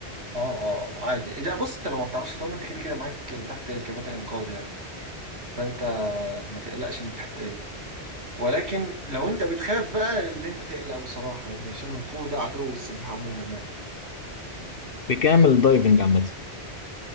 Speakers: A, on the right (about 85°); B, on the left (about 60°).
A: اه آه، عادي لا بص انت لو ما بتعرفش تعوم انت كده كده معاك تحت كباتن انقاذ يعني فانت ما تقلقش من الحتة دي ولكن لو انت بتخاف بقى اللي انت تقلق بصراحة يعني عشان الخوف ده عدو السباحة عموما يعني
B: بكامل دايفنج عامه